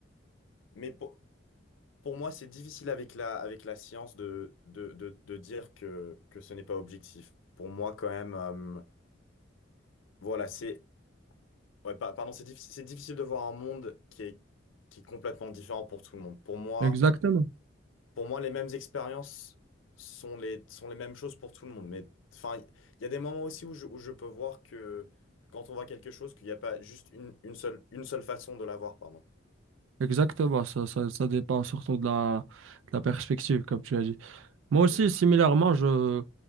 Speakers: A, on the left (about 80°); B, on the right (about 75°).
A: mais pour, pour moi, c'est difficile avec la, avec la science de, de, de, de dire que, que ce n'est pas objectif. Pour moi, quand même, euh, voilà, c'est... ouais, pa- pardon, c'est difficile, c'est difficile de voir un monde qui est, qui est complètement différent pour tout le monde. Pour moi...
B: Exactement.
A: Pour moi, les mêmes expériences sont les, sont les mêmes choses pour tout le monde. Mais enfin, il y a des moments aussi où je, où je peux voir que quand on voit quelque chose, qu'il n'y a pas juste une, une seule, une seule façon de la voir, pardon.
B: Exactement, ça, ça, ça dépend surtout de la, de la perspective, comme tu as dit. Moi aussi,
A: Mhm.
B: similairement, je,